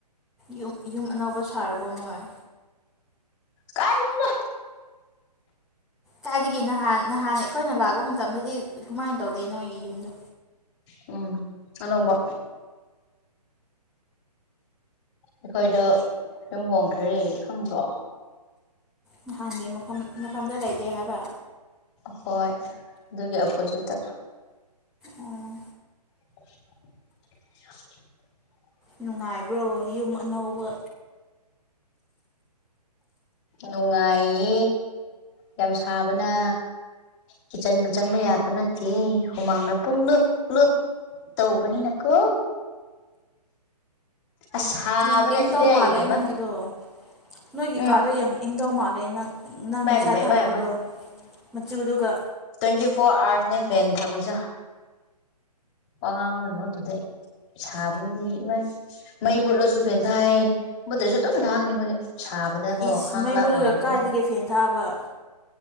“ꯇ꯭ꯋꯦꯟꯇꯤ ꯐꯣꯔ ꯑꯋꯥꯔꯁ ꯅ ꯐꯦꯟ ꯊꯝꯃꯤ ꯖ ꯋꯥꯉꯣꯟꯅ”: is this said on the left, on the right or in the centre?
Left